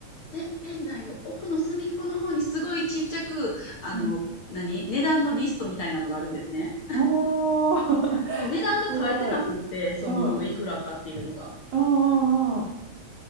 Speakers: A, on the left; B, on the right.
A: て、店内の奥の隅っこの方にすごいちっちゃく、あの、
B: うん
A: 何値段のリストみたいなのがあるんですね。
B: おー、<laughs>
A: だから値段が書いてなくって、
B: すごい。
A: その、
B: うん。うん
A: いくらかっていうのが。
B: うんうん。